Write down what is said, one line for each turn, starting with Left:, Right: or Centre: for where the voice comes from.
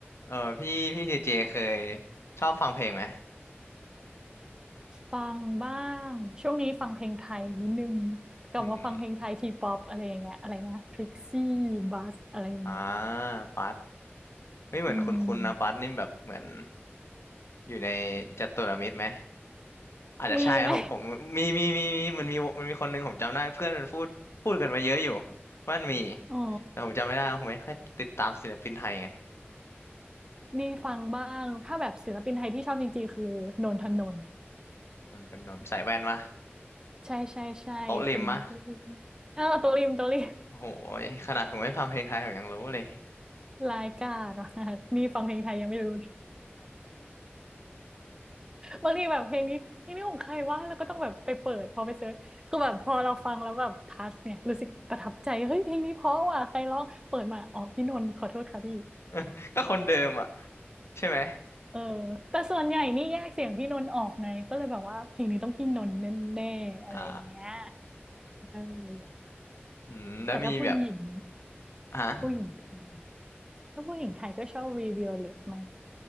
Left: เออพี่พี่เจเจเคยชอบฟังเพลงไหม
Right: ฟังบ้างช่วงนี้ฟังเพลงไทยนิดนึงกลับมาฟังเพลงไทยทีป๊อปอะไรอย่างเงี้ยอะไรนะพริกซี่
Left: อืม
Right: บัสอะไรอย่างเงี้ย
Left: อ่าบัสไม่เหมือนคุณคุณนะบัสนี่แบบเหมือน
Right: อืม
Left: อยู่ในจัตุรมิตรไหมอาจจะใช่นะผมผมมีมีมีมีมันมีมันมีคนหนึงผมจำได้เพื่อนมันพูดพูดกันมาเยอะอยู่
Right: มีไหม
Left: ว่ามันมี
Right: <laughs> อ๋อ
Left: แต่ผมจำไม่ได้ผมไม่ค่อยติดตามศิลปินไทยไง
Right: นี่ฟังบ้างถ้าแบบศิลปินไทยที่ชอบจริงๆคือนนทนนท์
Left: นนทนนท์ใส่แว่นวะ
Right: ใช่ใช่ใช่คุณพริมเออตัวริมตัวริม
Left: โต๊ะริมมะโอ้โหขนาดผมไม่ฟังเพลงไทยผมยังรู้เลย
Right: รายกา <laughs> รดมากนี่ฟังเพลงไทยยังไม่รู้เลย บางทีแบบเพลงนี้เพลงนี้ของใครวะแล้วก็ต้องแบบไปเปิดพอไปเซิร์ชคือแบบพอเราฟังแล้วแบบทัชเนี่ยรู้สึกประทับใจเฮ้ยเพลงนี้เพราะว่ะใครร้องเปิดมาอ๋อพี่นนท์ขอโทษค่ะพี่
Left: <laughs> ก็คนเดิมอ่ะใช่ไหม
Right: เออแต่ส่วนใหญ่นี่แยกเสียงพี่นนท์ออกไงก็เลยแบบว่าเพลงนี้ต้องพี่นนท์แน่ๆอะไรอย่างเงี้ย
Left: อ่า
Right: เออ
Left: อืมแล้วมีแบบ
Right: แต่ถ้าผู้หญิง
Left: ฮะ
Right: ผู้หญิงไทยถ้าผู้หญิงไทยก็ชอบวีวิโอเลตมั้ง